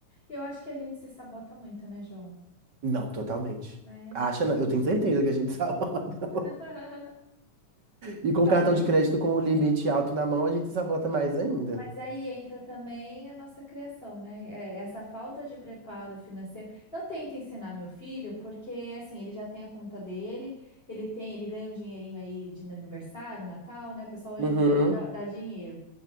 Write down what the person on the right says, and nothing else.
Não, totalmente.
Acha, não. Eu tenho certeza que a gente <laughs> sabota.
E com
cartão de
crédito com o limite alto na mão, a gente sabota mais ainda.
Uhum.